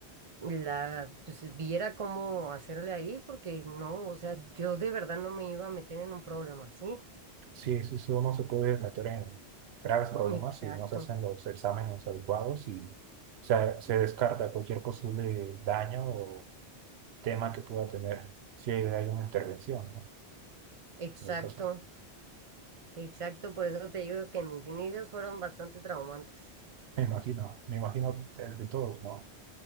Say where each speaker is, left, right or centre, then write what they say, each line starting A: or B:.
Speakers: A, on the right; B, on the right.
A: la, pues viera cómo hacerle ahí, porque no, o sea, yo de verdad no me iba a meter en un problema, ¿sí?
B: Sí, eso, eso no se puede meter en graves problemas
A: Exacto,
B: si no se hacen los exámenes adecuados y se, se descarta cualquier posible daño o tema que pueda tener si hay una intervención, ¿no?
A: exacto,
B: En el caso.
A: exacto, por eso te digo que mis inicios fueron bastante traumantes.
B: Me imagino, me imagino el de todos, ¿no?